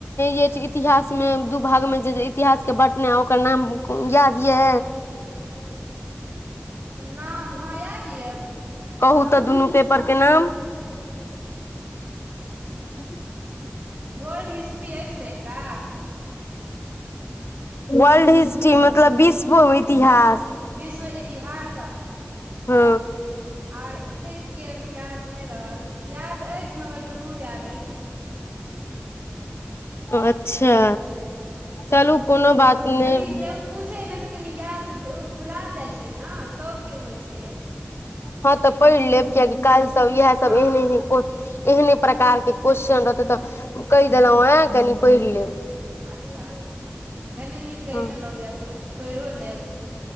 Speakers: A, on the left; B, on the right.
A: य छै इतिहास मे दू भाग मे जे इतिहासके बँटने ओकर नाम याद य
B: नाम हँ याद यए
A: कहू दुनू पेपर के नाम <unintelligible>
B: वर््ड हिस्ट्री एछै ने एकटा
A: वर्ल्ड हिस्ट्री मतलब विश्व इतिहास
B: विश्व इतिहास
A: हँ
B: आर एक के अभी याद नहि रहल याद अछि मगर दुूनू याद एछ
A: अच्छा चलू कोनो बात नहि
B: कनी जब पूछे नै तऽ कनि याद भुला जाइ छै ने सबके होइ छै
A: हँ तऽ पैढ़ लेब कियकि काल्हि सब इएह सब
B: हँ
A: एहने एह एहने प्रकार के क्वेश्चन रहत तऽ कहि देलहुँं आ कनि पढ़ि लेब
B: अच्छा फेरने नीक कहि
A: हँ
B: देलहुँ यएाद तऽ किछु पैढओ लेब